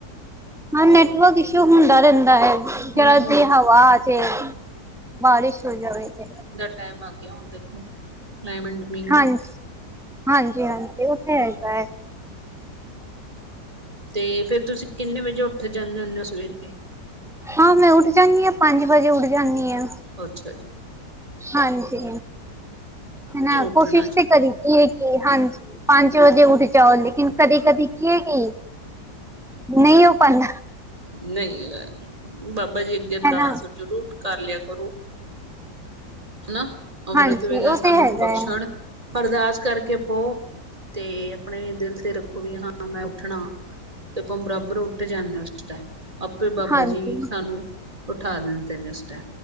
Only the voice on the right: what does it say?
ਹੋਰ
ਹੁਣ
ਇਹ
ਮੌਸਮ
ਟੈਮ ਆ ਗਿਆ ਹੁਨ ਦੇਖੋ ਕਲਾਈਮੇਟ ਮੀਂਹ
ਦਾ
'ਤੇ ਫੇਰ ਤੁਸੀਂ ਕਿੰਨੇ ਵਜੇ ਉੱਠ ਜਾਂਨੇ ਹੁੰਨੇ ਓ ਸਵੇਰੇ?
ਅੱਛਾ ਜੀ।
ਨਹੀਂ ਉੱਠਣਾ
ਜੀ
ਨਈ ਏਅ, ਬਾਬਾ ਜੀ ਅੱਗੇ ਅਰਦਾਸ
ਜ਼ਰੂਰ ਕਰ ਲਿਆ ਕਰੋ, ਹਨਾ? ਅੰਮ੍ਰਿਤ
ਵੇਲਾ
ਸਾਨੂੰ
ਬਖਸ਼ਨ।
ਅਰਦਾਸ ਕਰਕੇ ਪਓ। 'ਤੇ ਆਪਨੇ ਦਿਲ ਤੇ ਰੱਖੋ ਵੀ ਹਾਂ ਮੈਂ ਉੱਠਨਾ, ਤੇ ਆਪਾਂ ਬਰਾਬਰ ਉੱਠ ਜਾਂਨੇ ਆ। ਟੈਮ, ਆਪੇ ਬਾਬਾ
ਜੀ ਸਾਨੂੰ, ਉਠਾ ਦਿੰਦੇ ਨੇ ਉਸ ਟੈਮ।